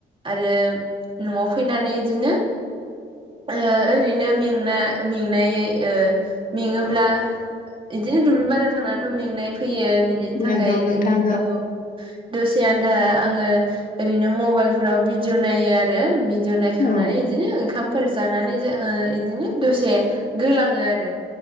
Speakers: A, on the right; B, on the left.
A: आरो न'आव फैनानै इदिनो ओ ओरैनो मेंना मेंनायै ओ। मेङोब्ला इदिनो दुब्लि बारियाव थांनानैथ' मेंनाय फैयो। बिनिनि थाखाय
B: नंगौ नोंथां
A: औ। दसे आन्था आङो ओरैनो मबाइल फोराव भिदिअ नायो आरो भि भिदिअ नायखांनानै
B: औ
A: इदिनो ओंखामफोर जानानै जोङो इदिनो दसे गोलाङो आरो।